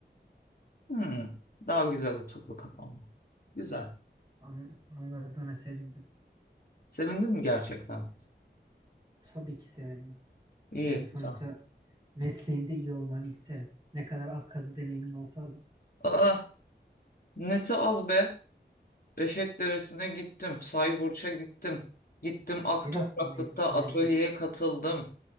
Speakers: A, on the left; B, on the right.
A: Hmm. Daha güzel oturdu kafamda. Güzel.
B: An- Anladığına sevindim.
A: Sevindin mi gerçekten?
B: Tabii ki severim.
A: İyi,
B: Yani sonuçta
A: güzel.
B: mesleğinde iyi olmanı isterim. Ne kadar az kazı deneyimin olsa da.
A: Aa, nesi az be? Beşik Deresi'ne gittim. Sayburç'a gittim. Gittim Ak
B: Bir
A: Topraklık'ta
B: hafta mıydı sahibi
A: atölyeye
B: hoş.
A: katıldım.